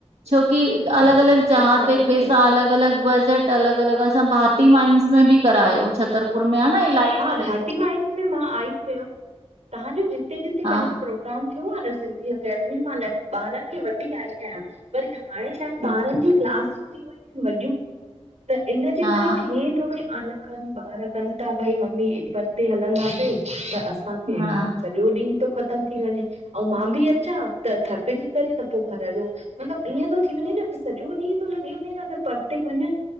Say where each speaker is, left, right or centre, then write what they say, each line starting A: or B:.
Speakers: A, on the right (about 65°); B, on the right (about 80°).
A: छोकी अलग अलग जहा
B: अच्छा
A: ते
B: ईअं
A: पैसा अलग अलग बजट त अलग अलग असां भाती माइंस में बि करायो, छतरपुर में आहे न इलाही
B: हा
A: परे।
B: भाटी माइंस मां आई हुयमि तव्हांजो जिते जिते
A: हा
B: पहले प्रोग्राम थियो आ न सिंधी एकेडमी मा ॿारनि खे वठी आई आहियां वरी हाणे छा आहिनि
A: हा
B: ॿारनि जी क्लासियूं थी वियूं आहिनि वॾियूं त इन जे
A: हा
B: करे न हे थोरे आना कनि ॿार कनि था भाई मम्मी ऐॾी परते हलंदासे त असांखे
A: हा
B: स ॿियो ॾींहु तो ख़त्म थी वञे अउ मा बि अचां त, थकजी करे त पो घर जो। मतलब ईअं थो थी वञे न सॼो ॾींहुं थो लॻी वञे न अगर परते वञ